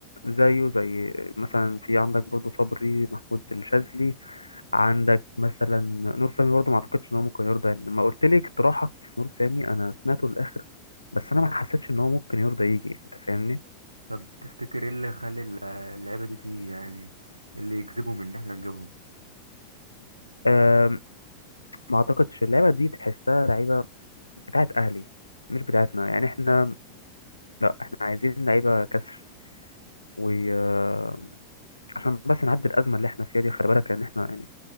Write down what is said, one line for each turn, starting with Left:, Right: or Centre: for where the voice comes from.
Left: زيه زي مثلا في عندك برضه صبري محمود الشاذلي عندك مثلا نور سامي برضه ما اعتقدش ان هو ممكن يرضى يعني لما قلت لي اقتراحك في نور سامي انا سمعته للاخر بس انا ما حسيتش ان هو ممكن يرضى يجي انت فاهمني
Right: طب تفتكر ايه اللي يخلي ال- اللعيبة دي تيجي يعني إيه اللي يجذبهم ان احنا نجيبهم
Left: آم، ما اعتقدش اللعبه دي تحسها لعيبه بتاعت اهلي مش بتاعتنا يعني احنا لا احنا عايزين لعيبه كسر وعشان بس نعدي الازمه اللي احنا فيها دي خلي بالك لان احنا يعني